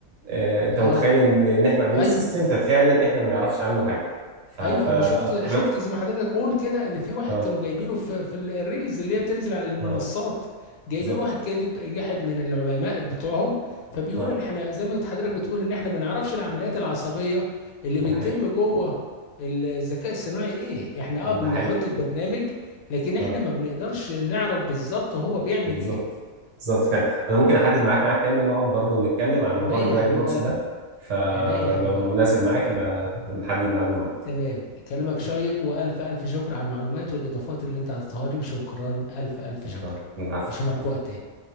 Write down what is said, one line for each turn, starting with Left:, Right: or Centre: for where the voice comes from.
Right: آه، انت
Left: اه
Right: متخيل ان ان احنا عاملين
Left: ايوه
Right: سيستم ففعلا احنا ما نعرفش عنه حاجه ف ف
Left: ايوه انا شفت
Right: احنا
Left: شفت زي ما حضرتك قول كده ان في واحد
Right: اه
Left: كانوا جايبينه في في ال- الريلز اللي هي بتنزل على المنصات
Right: اه
Left: جايبين
Right: بالظبط
Left: واحد كاتب جاحد من العلماء اللي بتوعهم فبيقول
Right: اه
Left: ان احنا زي ما حضرتك بتقول ان احنا ما نعرفش العمليات العصبيه اللي بتتم
Right: ده حقيقي
Left: جوه الذكاء الصناعي ايه احنا اه بنحط
Right: ده حقيقي
Left: البرنامج لكن احنا
Right: اه
Left: ما بنقدرش نعرف بالظبط هو بيعمل
Right: بالظبط
Left: ايه
Right: بالظبط فعلا انا ممكن احدد معاك ميعاد تاني ونقعد برضه نتكلم عن
Left: عينيا
Right: موضوع البلاك
Left: يا حبيب
Right: بوكس
Left: قلبي
Right: ده فلو
Left: عينيا يا حبيب قلبي
Right: مناسب معاك يبقى نحدد ميعاد ونقعد
Left: تمام كلامك شيق والف الف شكر على المعلومات والاضافات اللي انت عطيتها لي وشكرا الف الف شكر
Right: آه، العفو
Left: نشوفك
Right: العفو.
Left: في وقت تاني